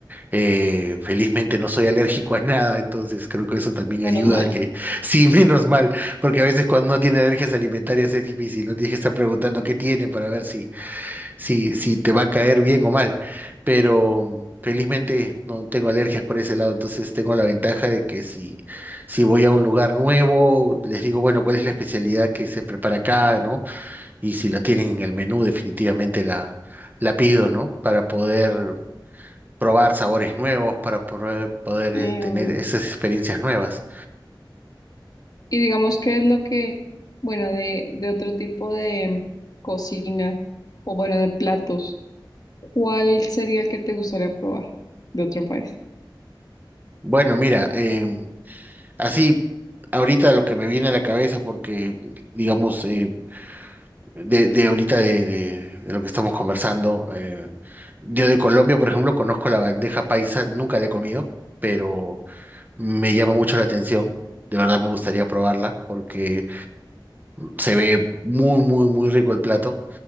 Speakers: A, on the right (about 20°); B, on the left (about 50°).
A: Eh, felizmente no soy alérgico a nada, entonces creo que eso también
B: Menos
A: ayuda
B: mal.
A: a que,
B: <laughs>
A: <laughs> sí, menos mal, porque a veces cuando uno tiene alergias alimentarias es difícil, no tienes que estar preguntando qué tiene para ver si, si, si te va a caer bien o mal. Pero mm, felizmente no tengo alergias por ese lado, entonces tengo la ventaja de que si, si voy a un lugar nuevo, les digo, bueno, ¿cuál es la especialidad que se prepara acá, ¿no? Y si la tienen en el menú, definitivamente la, la pido, ¿no? Para poder probar sabores nuevos, para poder, poder
B: Eh,
A: eh, tener
B: obvio.
A: esas experiencias nuevas.
B: Y digamos que es lo que, bueno, de, de otro tipo de cocina o bueno, de platos, ¿cuál sería el que te gustaría probar de otro país?
A: Bueno, mira, em, así ahorita lo que me viene a la cabeza, porque digamos, eh, de, de ahorita de, de- de lo que estamos conversando. eh, yo de Colombia, por ejemplo, conozco la bandeja paisa, nunca la he comido, pero me llama mucho la atención. De verdad me gustaría probarla porque se ve muy, muy, muy rico el plato.